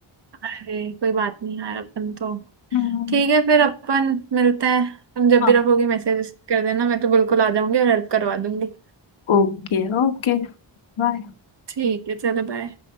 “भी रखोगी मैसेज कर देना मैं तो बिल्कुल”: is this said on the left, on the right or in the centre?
Right